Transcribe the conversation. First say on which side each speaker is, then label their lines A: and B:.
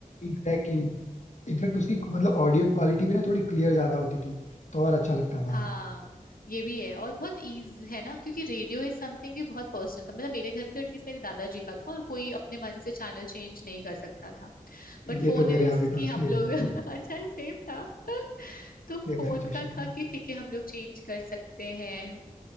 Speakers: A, on the left; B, on the left.
A: एग्जैक्टली इनफैक्ट <laughs> उसकी मतलब
B: हम्म
A: ऑडियो क्वालिटी भी ना थोड़ी क्लियर ज्यादा होती थी तो और अच्छा लगता था
B: हाँ ये भी है और बहुत ईज है ना क्योंकि रेडियो इज समथिंग भी बहुत पर्सनल था मतलब मेरे घर में तो एटलीस्ट मेरे दादाजी का था और कोई अपने मन से चैनल चेंज नहीं कर सकता था बट
A: ये
B: फोन
A: तो मेरे
B: इज
A: यहाँ भी
B: कि
A: था
B: हम
A: सेम
B: लोग <laughs> अच्छा सेम था तो फोन
A: सेम सिचुएशन
B: का
A: था
B: था कि ठीक है हम लोग चेंज कर सकते हैं